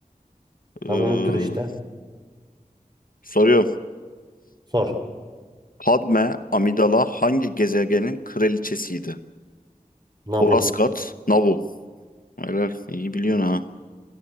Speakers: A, on the right; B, on the left.
A: Tam
B: Ee,
A: onun türü işte.
B: soruyorum.
A: Sor.
B: Padme Amidala hangi gezegenin kraliçesiydi?
A: Nabu.
B: Coruscant, Naboo. Helal. iyi biliyorsun ha.